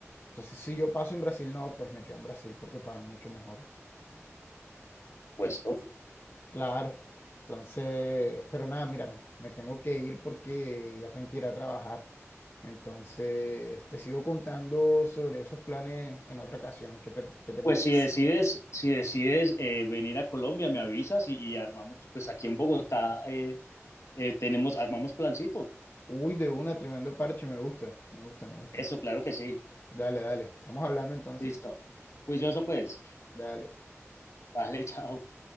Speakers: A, on the left (about 45°); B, on the left (about 70°).
A: Entonces si yo paso en Brasil, no, pues me quedo en Brasil porque pagan mucho mejor. Entonces,
B: Pues, ok.
A: claro. Entonces, pero nada, mírame, me tengo que ir porque ya tengo que ir a trabajar. Entonces, te sigo contando sobre esos planes en otra ocasión. ¿Qué te, qué te
B: Pues
A: parece?
B: si decides, si decides eh, venir a Colombia, me avisas y, y armamos, pues aquí en Bogotá eh, eh, tenemos, armamos plancito.
A: Uy, de una, tremendo parche, me gusta, me gusta, me gusta.
B: Eso, claro que sí.
A: Dale, dale, estamos hablando entonces.
B: Listo. Juicioso pues.
A: Dale.
B: Vale, <laughs> chao.